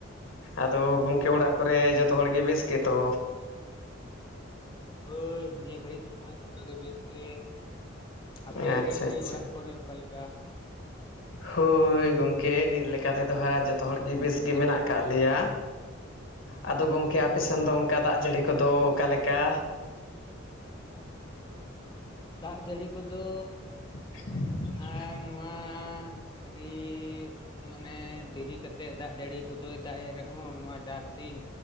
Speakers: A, on the left; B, on the left.
A: ᱟᱫᱚ ᱜᱚᱢᱠᱮ ᱚᱲᱟᱜ ᱠᱚᱨᱮ ᱡᱚᱛᱚ ᱦᱚᱲ ᱜᱮ ᱵᱮᱥ ᱜᱮᱛᱚ?
B: ᱦᱳᱭ ᱱᱤᱭᱟᱹ ᱜᱷᱟᱹᱲᱤᱡ ᱫᱚ ᱦᱟᱸᱜ ᱡᱚᱛᱚ ᱜᱮ ᱵᱮᱥ ᱜᱮ᱾ ᱟᱯᱮ
A: ᱟᱪᱪᱷᱟ
B: ᱨᱮᱱ ᱜᱮ
A: ᱟᱪᱪᱷᱟ
B: ᱚᱲᱟᱜ ᱠᱚᱨᱮ ᱚᱠᱟ ᱞᱮᱠᱟ
A: ᱦᱳᱭ ᱜᱚᱝᱠᱮ ᱱᱤᱛ ᱞᱮᱠᱟ ᱛᱮᱫᱚ ᱦᱟᱸᱜ ᱡᱚᱛᱚ ᱦᱚᱲᱜᱮ ᱵᱮᱥ ᱜᱮ ᱢᱮᱱᱟᱜ ᱠᱟᱜ ᱞᱮᱭᱟ ᱟᱫᱚ ᱜᱚᱝᱠᱮ ᱟᱯᱮ ᱥᱮᱱ ᱫᱚ ᱚᱝᱠᱟ ᱫᱟᱜ ᱡᱟᱹᱲᱤ ᱠᱚᱫᱚ ᱚᱠᱟ ᱞᱮᱠᱟ
B: ᱫᱟᱜ ᱡᱟᱹᱲᱤ ᱠᱚᱫᱚ
A: <inaudible>
B: ᱟᱨ ᱱᱚᱣᱟ ᱟᱹᱰᱤ ᱢᱟᱱᱮ ᱫᱤᱨᱤ ᱠᱟᱛᱮᱫ ᱫᱟᱜ ᱡᱟᱹᱲᱤ ᱠᱚᱫᱚᱭ ᱫᱟᱜᱮᱜ ᱨᱮᱦᱚᱸ ᱱᱚᱣᱟ ᱪᱟᱥ ᱫᱤᱱ